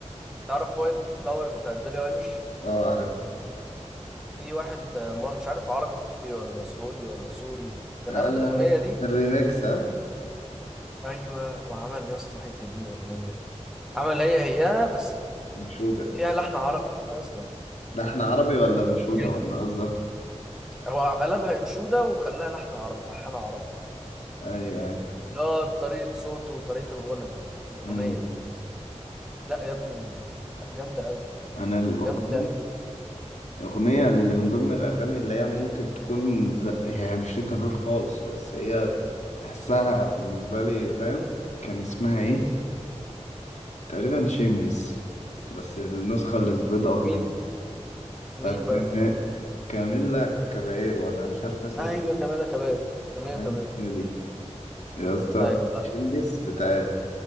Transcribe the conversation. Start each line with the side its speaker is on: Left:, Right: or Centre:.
Centre: تعرف وايلد فلاور بتاعت بيلي أيليش
Left: اه عارفها طبعا
Centre: في واحد آه، ما- مش عارف عربي ولا سعودي ولا سوري كان
Left: انا
Centre: اخد الاغنيه دي
Left: الريميكس ها
Centre: ايوه وعمل يا اسطى حته دين اغنيه عمل هي هي بس
Left: انشوده
Centre: فيها لحن عربي كده يا اسطى
Left: ده احنا عربي ولا انشوده
Centre: بجد
Left: ولا قصدك
Centre: هو قلبها انشوده وخلاها لحن عربي لحنها عربي
Left: اي اي
Centre: لا بطريقه صوته وطريقه الغنى في الاغنيه
Left: امم
Centre: ذات نفسها. لا يا ابني لا، جامده قوي
Left: انا الاغنيه
Centre: جامده قوي
Left: الاغنيه اللي من ضمن الاغاني اللي هي ممكن تكون ز... هي مش روck and رول خالص بس هي تحسها بالنسبه لي فاهم كان اسمها ايه تقريبا شيمليس بس النسخه اللي بيض اب
Centre: مين
Left: منها
Centre: مين
Left: بتاعت
Centre: بقى
Left: كام- كاميلا كابايرو ولا مش عارف ناس
Centre: ايوه جميله كباب جميله
Left: تمام
Centre: كباب
Left: هي دي يا اسطى
Centre: ايوه
Left: شلس بتاع